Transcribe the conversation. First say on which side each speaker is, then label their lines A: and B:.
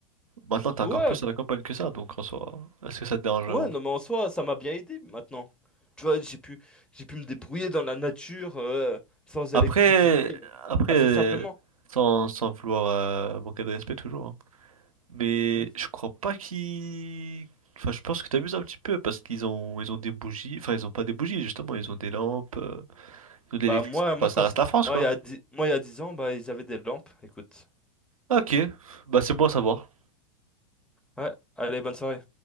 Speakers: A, on the right (about 90°); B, in the centre.
A: Maintenant, t'es
B: Ouais,
A: encore plus à la campagne que ça, donc en soi, est-ce que ça te dérange vraiment?
B: Ouais, non, mais en soi, ça m'a bien aidé maintenant. Tu vois, j'ai pu, j'ai pu me débrouiller dans la nature euh, sans
A: Après,
B: électricité euh,
A: après,
B: assez
A: euh,
B: simplement.
A: sans, sans vouloir euh, manquer de respect toujours, hein. Mais
B: Hmm.
A: je crois pas qu'ils... Enfin, je pense que t'amuses un petit peu parce qu'ils ont ils ont des bougies. Enfin, ils ont pas des bougies, justement. Ils ont des lampes, euh, ils ont de l'électricité.
B: Bah moi,
A: Enfin,
B: moi quand
A: ça
B: c'est-
A: reste la France,
B: moi
A: quoi.
B: il y a dix, moi il y a 10 ans, bah ils avaient des lampes. Écoute.
A: Ok. Bah, c'est bon à savoir.
B: Ouais, allez, bonne soirée.